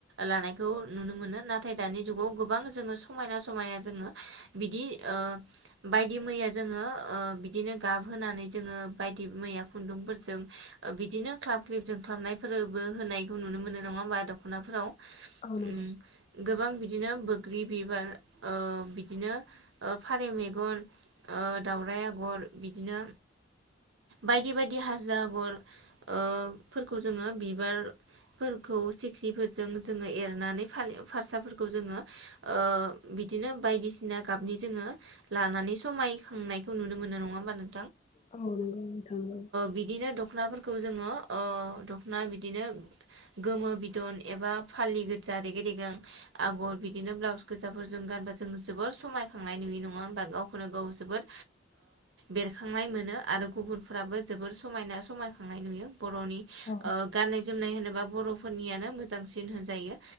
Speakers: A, on the right (about 75°); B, on the left (about 35°).
A: लानायखौ नुनो मोनो। नाथाय दानि जुगाव गोबां जोङो समायना समायना जोङो बिदि ओ बायदि मैया जोङो ओ बिदिनो गाबहोनानै जोङो बायदि मैया खुन्दुं फोरजों बिदिनो क्लाब क्लिब जोंख्लाबनायफोरबो होनायखौ नुनो मोनो नङा होमबा दख'नाफोराव?
B: औ नंगौ।
A: उम गोबां बिदिनो बोग्रि बिबार ओ बिदिनो फारौ मेगन ओ दाउराय आगर बिदिनो बायदि बायदि हाजो आगर ओफोरखौ जोङो बिबार फोरखौ सिखिरिफोर जों जोङो एरनानै फालि फारसाफोरखौ जोङो ओ बिदिनो बायदिसिना गाबनि जोंङो लानानै समायखांनायखौ नुनो मोनो नङा होनबा नों।
B: औ नांगौ नोंथां औ।
A: बिदिनो दख'नाफोरखौ जोङो ओ दख'ना बिदिनो गोमो बिदन एबा फालि गोजा रेगे- रेगां आगर बिदिनो ब्लाउस गोजाफोरजों गानबा जों जोबोर समाय नाय नुयो नङा होनबा गावखौनो गाव जोबोद बेरखांनाय मोनो आरो गुबुनफ्राबो जोबोर समायना समायखांनाय नुयो। बर'नि
B: नंगौ
A: ओ गाननाय जोमनाय होनोबा बर'फोरनियानो मोजांसिन होनजायो।